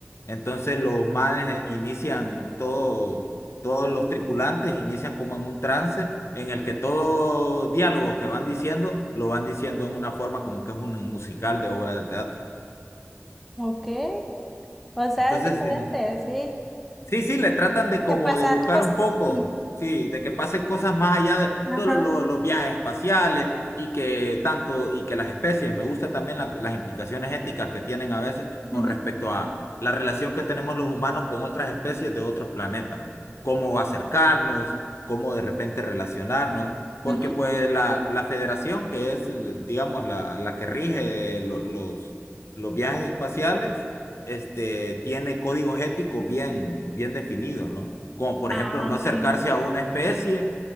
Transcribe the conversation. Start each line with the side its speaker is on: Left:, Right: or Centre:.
Left: Entonces los manes eh, inician todo, todos los tripulantes inician como en un trance en el que todo diálogo que van diciendo lo van diciendo en una forma como que es un musical de obra de teatro.
Centre: Ok. O sea,
Left: Entonces,
Centre: es diferente,
Left: eh,
Centre: sí.
Left: Sí, sí, le tratan de
Centre: Aunque
Left: como
Centre: pasan
Left: de buscar
Centre: cosas,
Left: un poco,
Centre: sí
Left: sí, de que pasen cosas más allá de todos
Centre: Ajá,
Left: lo- lo- los viajes espaciales y que tanto, y que las especies, me gusta también la- las implicaciones éticas que tienen a veces con
Centre: ujú,
Left: respecto a la relación que tenemos los humanos con otras especies de otros planetas, ¿no? Cómo acercarnos, cómo de repente relacionarnos, porque
Centre: ujú.
Left: pues la, la federación que es, digamos, la, la que rige lo- los, los viajes espaciales este, tiene códigos éticos bien, bien definidos, ¿no? Como por
Centre: Ah,
Left: ejemplo, no acercarse
Centre: bueno.
Left: a una especie